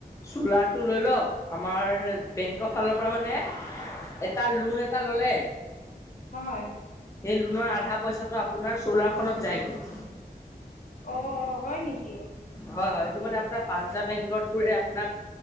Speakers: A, on the left; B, on the left.
A: চোলাটো লৈ লওঁক আমাৰ বেংকৰ ফালৰ পৰা মানে এটা লোন এটা ল'লে।
B: হয়।
A: সেই লোনৰ আধা পইচাটো আপোনাৰ চ'লাৰ খনত যায়গৈ।
B: অ, হয় নেকি।
A: হয়-হয় এইটো মানে আপোনাৰ পাঞ্জাৱ বেংকৰ থ্ৰুৰে আপোনাক